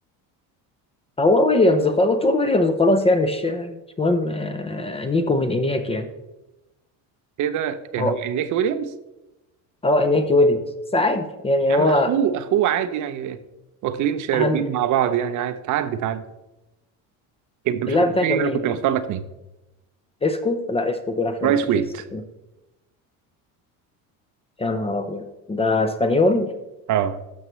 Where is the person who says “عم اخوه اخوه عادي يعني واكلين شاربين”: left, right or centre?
Right